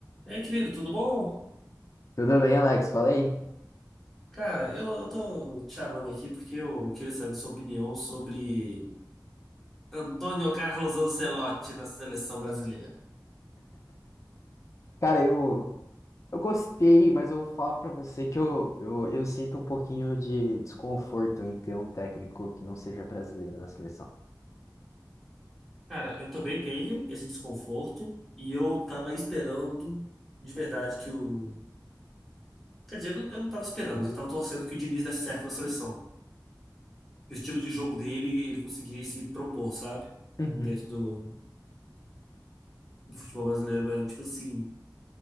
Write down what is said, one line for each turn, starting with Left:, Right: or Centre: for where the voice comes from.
Centre: E aí, querido, tudo bom?
Left: Tudo bem, Alex? Falei?
Centre: Cara, eu, eu tô te chamando aqui porque eu queria saber sua opinião sobre Antônio Carlos Ancelotti na seleção brasileira.
Left: Cara, eu, eu gostei, mas eu vou falar pra você que eu, eu, eu sinto um pouquinho de desconforto em ter um técnico que não seja brasileiro na seleção.
Centre: Cara, eu também tenho esse desconforto e eu tava esperando de verdade que o. Quer dizer, eu não eu não tava esperando, mas eu tava torcendo que o Diniz desse certo na seleção. Que o estilo de jogo dele, ele conseguisse propor, sabe?
Left: Uhum.
Centre: Dentro do, do futebol brasileiro, mas tipo assim.